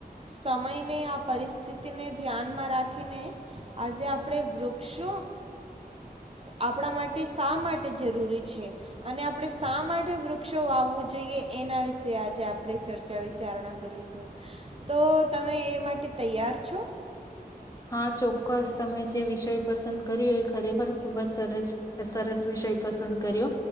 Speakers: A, on the right; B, on the left.
A: સમયને આ પરિસ્થિતિને ધ્યાનમાં રાખીને આજે આપણે વૃક્ષો આપણા માટે શા માટે જરૂરી છે અને આપણે શા માટે વૃક્ષ ક્ષો વાવવું જોઈએ એના વિશે આજે આપણે ચર્ચા વિચારણા કરીશું તો તમે એ માટે તૈયાર છો?
B: હા ચોક્કસ તમે જે વિષય પસંદ કર્યો એ ખરેખર ખુબ જ સરસ સરસ વિષય પસંદ કર્યો.